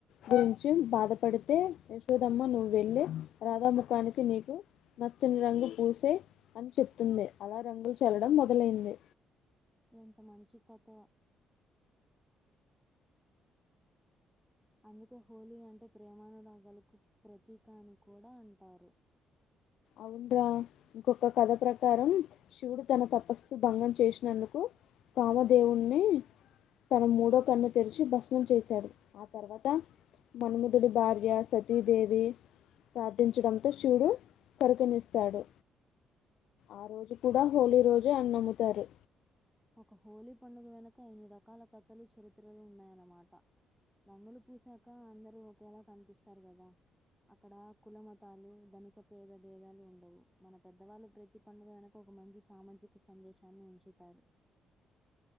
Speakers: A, on the left; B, in the centre.
A: గురించి బాధపడితే యశోదమ్మ నువ్వు వెళ్ళి రాధాముఖానికి నీకు నచ్చని రంగు పూసై అని చెప్తుంది అలా రంగులు చల్లడం మొదలైంది
B: ఎంత మంచి కథో అందుకే హోలీ అంటే ప్రేమానురాగాలకు ప్రతీక అని కూడా అంటారు
A: అవునురా ఇంకొక కథ ప్రకారం శివుడు తన తపస్సు భంగం చేసినందుకు కాలదేవున్ని తన మూడో కన్ను తెరిచి భస్మం చేశాడు ఆ తర్వాత మనుముదుుడి భార్య సతీదేవి ప్రార్థించడంతో శివుడు పరిగణిస్తాడు ఆ రోజు కూడా హోలీ రోజు అన్ని నమ్ముతారు
B: ఒక హోలీ పండుగ వెనుక అన్ని రకాల కథలు చరిత్రలు ఉన్నాయి అనమాట రంగులు పూసాక అందరు ఒకేలా కనిపిస్తారు కదా అక్కడ కుల, మతాలు ధనిక, పేద భేదాలు ఉండవు మన పెదవాళ్లు ప్రతి పండుగ వెనుక ఒక మంచి సామాజిక సందేశాన్ని ఉంచుతారు